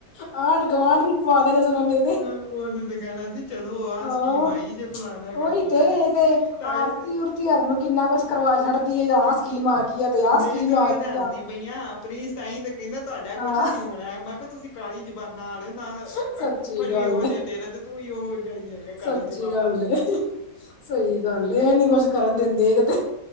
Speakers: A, on the left; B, on the left.
A: ਆਂਢ- ਗੁਆਂਢ ਵੀ ਪੁਆ ਦੇਣੇ ਸੀ। ਉੰਨੇ
B: ਉਹਨੂੰ ਤਾਂ, ਕਹਿਣਾ ਸੀ ਚਲੋ। ਆਹ
A: ਹਾਂ
B: ਸਕੀਮ ਆਈ, ਜੇ ਫਲਾਨਾ
A: ਉਹੀ
B: ਕਰ
A: ਤੇ
B: ਲਿਆ।
A: ਇਹ ਤੇ
B: ਤਾਈ
A: ਆਰਤੀ- ਉਰਤੀ, ਯਰ ਨੂੰ ਕਿੰਨਾ ਕੁਛ ਕਰਵਾ, ਛੱਡਦੀ ਐ, ਆਹ
B: ਨਹੀਂ
A: ਸਕੀਮ ਆ ਗਈ ਹੈ। ਤੇ ਆਹ ਸਕੀਮ
B: ਤੇ ਉਹੀ
A: ਆ
B: ਯੋ
A: ਗਈ
B: ਹੱਸਦੀ
A: ਆ
B: ਪਈਆਂ, <unintelligible> ਤਾਈ ਤੇ ਕਹਿੰਦਾ ਤੁਹਾਡਾ ਕੁਛ
A: ਹਾਂ
B: ਨੀ ਹੋਣਾ ਐ, ਮੈਂ ਕਿਹਾ ਤੁਸੀਂ ਕਾਲੀ ਜ਼ੁਬਾਨਾਂ ਆਲੇ। ਨਾ
A: ਸੱਚੀ
B: ਇਕ ਭੁੱਫੜ
A: ਗੱਲ
B: ਵੀ ਉਹ
A: ਏ
B: ਜਿਹਾ। ਤੇਰਾ ਤੇ ਤੂੰ ਵੀ, ਉਹ ਜਿਹਾ ਹੀ ਹੈਗਾ। ਕਾਲੀ
A: ਸੱਚੀ
B: ਜੁਬਾਨ
A: ਗੱਲ ਏ ਸਹੀ ਗੱਲ ਐ, ਇਹ ਨੀ ਕੁੱਝ ਕਰਨ ਦਿੰਦੇ ਕਿਤੇ